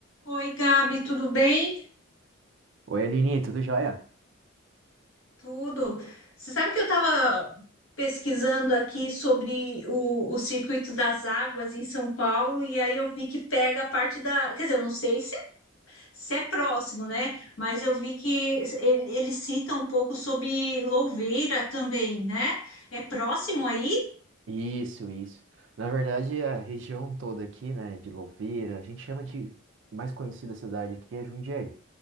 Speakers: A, on the left; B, on the right.
A: Oi, Gabi, tudo bem?
B: Oi, Aline, tudo jóia?
A: Tudo. Você sabe que eu estava pesquisando aqui sobre o, o circuito das águas em São Paulo e aí eu vi que pega a parte da. Quer dizer, eu não sei se, é, se é próximo, né? Mas eu vi que ele, ele cita um pouco sobre Louveira também, né? É próximo aí?
B: Isso, isso. Na verdade, a região toda aqui, né, de Louveira, a gente chama de mais conhecida cidade aqui é Jundiaí,